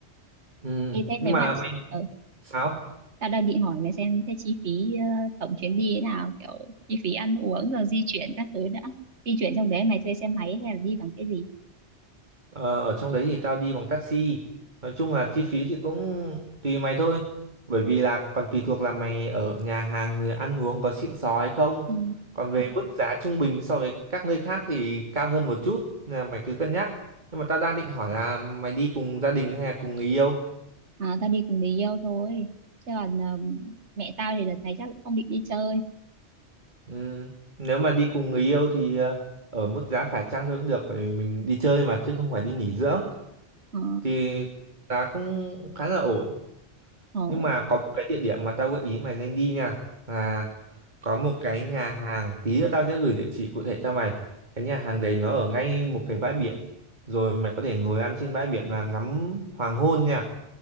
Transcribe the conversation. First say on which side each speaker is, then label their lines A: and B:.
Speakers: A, on the right (about 45°); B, on the right (about 85°).
A: Ừm,
B: Ê, thế
A: nhưng
B: nếu
A: mà
B: mà chị-
A: mày
B: ừ,
A: sao
B: Tao đang định hỏi mày xem thế chi phí ờ, tổng chuyến đi thế nào, kiểu chi phí ăn uống rồi di chuyển các thứ đã. Di chuyển trong đấy mày thuê xe máy hay là đi bằng cái gì?
A: Ờ, ở trong đấy thì tao đi bằng taxi. Nói chung là chi phí thì cũng tùy mày thôi. Bởi vì là còn tùy thuộc là mày ở nhà hàng rồi ăn uống có xịn sò hay không.
B: Ừ.
A: Còn về mức giá trung bình so với các nơi khác thì cao hơn một chút. Nên là mày cứ cân nhắc. Nhưng mà tao đang định hỏi là mày đi cùng gia đình hay là cùng người yêu?
B: À, tao đi cùng người yêu thôi. Chứ còn ờ, mẹ tao thì đợt này chắc cũng không định đi chơi.
A: Ừm, nếu mà đi cùng người yêu thì ờ, ở mức giá phải chăng thôi cũng được. Bởi vì mình đi chơi mà chứ không phải đi nghỉ dưỡng.
B: Ờ,
A: Thì giá cũng khá là ổn.
B: ờ,
A: Nhưng mà có một cái địa điểm mà tao gợi ý mày nên đi nha là có một cái nhà hàng tí nữa tao sẽ gửi địa chỉ cụ thể cho mày. Cái nhà hàng đấy nó ở ngay một cái bãi biển. Rồi mày có thể ngồi ăn trên bãi biển và ngắm hoàng hôn nha.